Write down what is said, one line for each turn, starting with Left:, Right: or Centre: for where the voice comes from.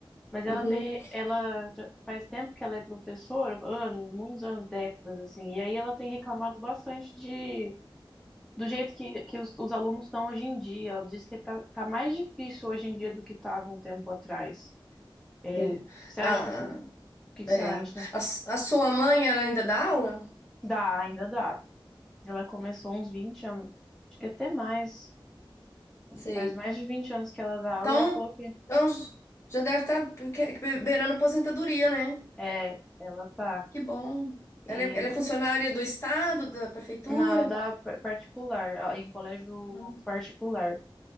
Centre: mas ela
Left: Uhum.
Centre: tem, ela já faz tempo que ela é professora, anos, muitos anos, décadas, assim, e aí ela tem reclamado bastante de, do jeito que, que os, os alunos estão hoje em dia. Ela diz que tá, tá mais difícil hoje em dia do que estava um tempo atrás. É,
Left: Sim.
Centre: Você acha
Left: Ah,
Centre: que essa, o que que
Left: é.
Centre: você acha?
Left: A, s- a sua mãe, ela ainda dá aula?
Centre: Dá, ainda dá. Ela começou uns 20 anos, acho que até mais,
Left: Sei.
Centre: faz mais de 20 anos que ela dá
Left: Então,
Centre: aula e ela falou que
Left: então já deve estar beirando a aposentadoria, né?
Centre: é, ela tá.
Left: Que bom.
Centre: E,
Left: Ela é, ela é funcionária do estado, da prefeitura?
Centre: mas ela dá particular, em colégio
Left: Não
Centre: particular.